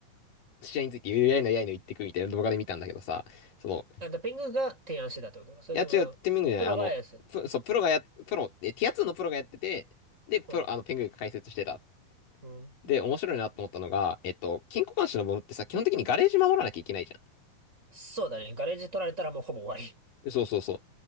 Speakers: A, on the left; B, on the right.
A: 試合について、やいのやいの言ってくみたいな動画で見たんだけどさ、その、
B: あ、だペングが提案してたってことか。それとも、
A: いや、違う、
B: あの、
A: ティムングじゃない。
B: プロがやす。
A: あの、プ、そう、プロがや、プロ、え、ティア2のプロがやってて、で、プロ、
B: うん。
A: あの、ペングが解説してた。
B: うん。
A: で、面白いなと思ったのが、えっと、金庫監視の部分ってさ、基本的にガレージ守らなきゃいけないじゃん。
B: そうだね。ガレージ取られたらもうほぼ終わり。
A: でそうそうそ